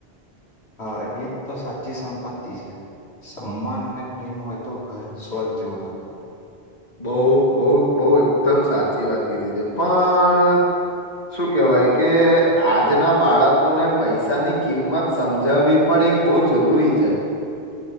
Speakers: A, on the left; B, on the left.
A: હા એજ તો સાચી સંપત્તિ છે. સમાન અને પ્રેમ હોય તો ઘર સ્વર્ગ જેવું લા
B: બઉ બઉ બઉ એકદમ સાચી વાત કીધી છે. પણ શું કેહેવાય કે આજના બાળકોને પૈસાની કિંમત સમજાવવી પણ એક બઉ જરૂરી છે.